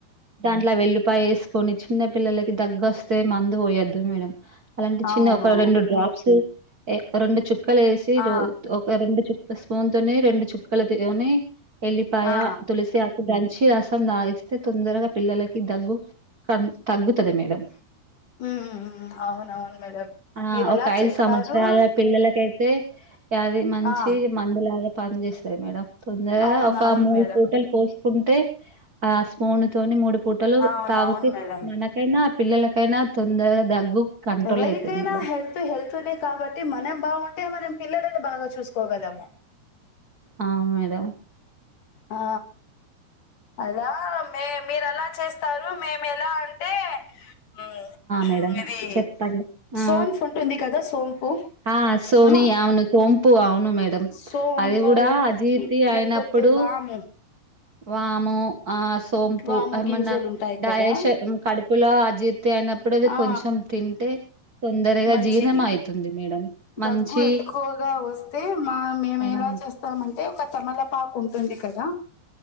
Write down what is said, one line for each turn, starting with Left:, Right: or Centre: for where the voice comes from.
Right: దాంట్లో వెళ్లిపాయ వేసుకొని చిన్న పిల్లలకి దగ్గు వస్తే మందు పోయొద్దు మేడం అలాంటి చిన్న
Left: అవును
Right: ఒక రెండు డ్రాప్స్ రెండు చుక్కలు వేసి
Left: ఆ
Right: రో ఒక రెండు చు స్పూన్ తోని రెండు చుక్కలతోని వెల్లిపాయ
Left: ఆ
Right: తులసి ఆకు దంచి రసం తాగిస్తే తొందరగా పిల్లలకి దగ్గు క తగ్గుతాది మేడం
Left: హ్మ్ హ్మ్ హ్మ్. అవునవును మేడం
Right: ఆ
Left: మీరు ఎలా
Right: ఒక ఐదు
Left: చేస్తారు
Right: సంవత్సరాల పిల్లలకైతే తే అది మంచి
Left: ఆ
Right: మందు లాగా పని చేస్తాది మేడం తొందరగా
Left: అవును
Right: ఒక
Left: అవును
Right: మూడు
Left: మేడం
Right: పూటలు పోసి కుంటే ఆ స్పూన్ తోని మూడు పూటలు
Left: అవును
Right: తాగుతే
Left: అవును మేడం
Right: మనకైనా పిల్లలకైనా తొందరగా దగ్గు కంట్రోల్
Left: ఎవరికైనా
Right: అయితది మేడం
Left: హెల్త్ హెల్త్నే కాబట్టి మనం బాగుంటే మనం పిల్లలని బాగా చూసు కొగలము
Right: ఆ మేడం
Left: ఆ అలా మే మీరు ఎలా చేస్తారు మేము ఎలా అంటే ఆ
Right: మేడం
Left: అది
Right: చెప్పండి ఆ
Left: సోంపు ఉంటుంది కదా సోంపు
Right: ఆ సోని
Left: ఆహా
Right: అవును సోంపూ అవును
Left: సోంపు
Right: అది కూడా అజీర్తీ అయినప్పుడు
Left: లేకపోతే వాము
Right: వాము ఆ సోంపు
Left: వాము
Right: ఏమన్నా
Left: గింజలు ఉంటాయి
Right: డయాష్
Left: కదా
Right: కడుపులో అజి తీ అయినప్పుడు అది
Left: ఆ
Right: కొంచెం తింటే తొందరగా
Left: మంచిది
Right: జీర్ణం అయితుంది మేడం మంచి
Left: దగ్గు ఎక్కువగా వస్తే మా మేము
Right: అవును
Left: ఎలా చేస్తాము అంటే ఒక తమలపాకు ఉంటుంది కదా